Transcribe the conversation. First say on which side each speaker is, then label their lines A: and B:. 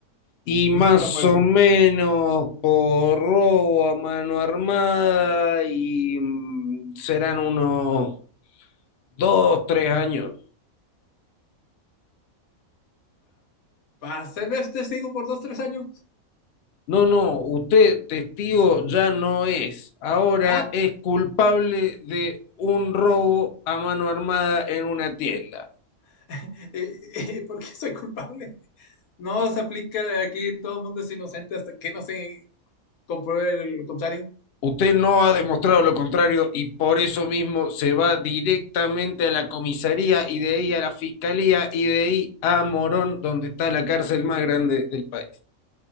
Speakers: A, on the left (about 60°); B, on the left (about 80°).
A: Y más
B: Disculpa puedo
A: o
B: decir,
A: menos por robo a mano armada y mm, serán unos dos, tres años.
B: para ser de- testigo por dos, tres años.
A: No, no, usted testigo ya no es. Ahora
B: Ah,
A: es
B: c-
A: culpable de un robo a mano armada en una tienda.
B: <laughs> eh, eh, ¿por qué soy culpable? No se aplica aquí, todo el mundo es inocente hasta que no se compruebe lo contrario.
A: Usted no ha demostrado lo contrario y por eso mismo se va directamente a la comisaría y de ahí a la fiscalía y de ahí a Morón, donde está la cárcel más grande del país.